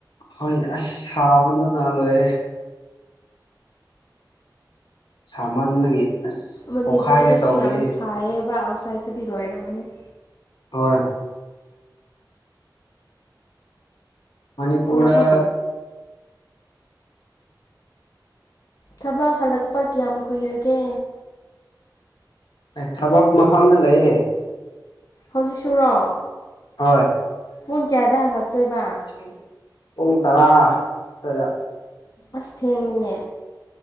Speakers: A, on the left; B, on the left.
A: ꯍꯣꯏ ꯑꯁ ꯁꯥꯃꯟꯗꯨꯅ ꯂꯣꯏꯔꯦ ꯁꯥꯃꯟꯕꯒꯤ ꯑꯁ
B: ꯃꯅꯤꯄꯨꯔꯗꯁꯨ
A: ꯄꯣꯛꯈꯥꯏꯒꯦ ꯇꯧꯔꯤ
B: ꯌꯥꯝ ꯁꯥꯏꯌꯦꯕꯥ ꯑꯥꯎꯠꯁꯥꯏꯠꯇꯗꯤ ꯂꯣꯏꯔꯝꯃꯅꯤ
A: ꯍꯣꯏ ꯃꯅꯤꯄꯨꯔꯗꯥ
B: ꯑꯣ ꯍꯣ ꯊꯕꯛ ꯍꯜꯂꯛꯄ ꯀꯌꯥꯝ ꯀꯨꯏꯔꯒꯦ
A: ꯑꯦ ꯊꯕꯛ ꯃꯐꯝꯗ ꯂꯩꯌꯦ
B: ꯍꯧꯖꯤꯛ ꯁꯨꯔꯣ
A: ꯍꯣꯏ
B: ꯄꯨꯡ ꯀꯌꯥꯗ ꯍꯜꯂꯛꯇꯣꯏꯕꯥ
A: <unintelligible> ꯄꯨꯡ ꯇꯥꯔꯥ ꯗꯥꯏꯗ
B: ꯑꯁ ꯊꯦꯡꯉꯤꯅꯦ